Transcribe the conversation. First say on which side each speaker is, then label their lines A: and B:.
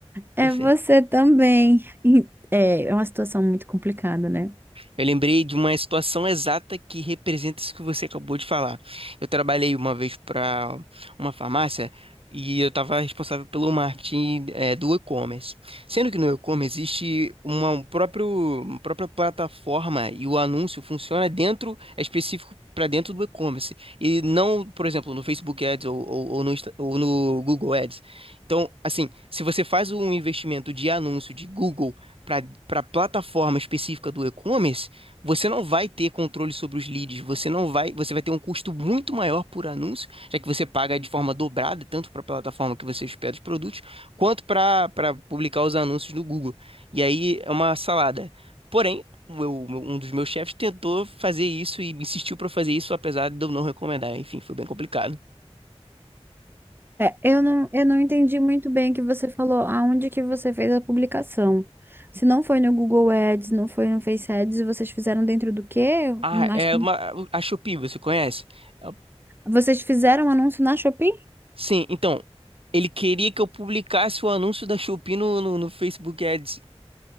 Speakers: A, on the right; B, on the right.
A: É
B: você.
A: você também. E, É, é uma situação muito complicada, né?
B: Eu lembrei de uma situação exata que representa isso que você acabou de falar. Eu trabalhei uma vez para uma farmácia e eu estava responsável pelo marketing, eh, do e-commerce. Sendo que no e-commerce existe uma, um próprio, uma própria plataforma e o anúncio funciona dentro, é específico para dentro do e-commerce. E não, por exemplo, no Facebook Ads ou, ou, ou no, Insta- ou no Google Ads. Então, assim, se você faz um investimento de anúncio de Google para para plataforma específica do e-commerce, você não vai ter controle sobre os leads, você não vai, você vai ter um custo muito maior por anúncio, já que você paga de forma dobrada, tanto para a plataforma que você hospeda os produtos, quanto para para publicar os anúncios do Google. E aí é uma salada. Porém, o meu- o meu- um dos meus chefes tentou fazer isso e insistiu para fazer isso, apesar de eu não recomendar. Enfim, foi bem complicado.
A: É, eu não, eu não entendi muito bem o que você falou, aonde que você fez a publicação. Se não foi no Google Ads, não foi no Face Ads, vocês fizeram dentro do quê?
B: Ah,
A: Nas-
B: é uma, a Shopee, você conhece? É-
A: Vocês fizeram um anúncio na Shopee?
B: Sim, então, ele queria que eu publicasse o anúncio da Shopee no, no, no Facebook Ads.